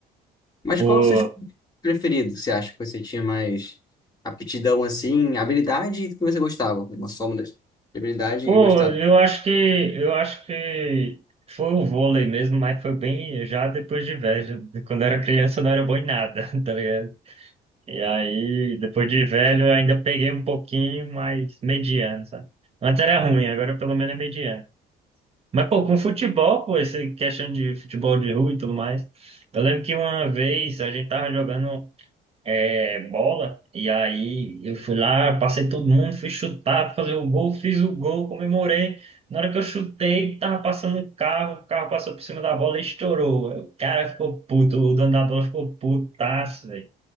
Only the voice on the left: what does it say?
Mas
qual dos seus preferidos? Você acha que você tinha mais aptidão, assim, habilidade e que você gostava? Uma soma das de habilidade
e gostava.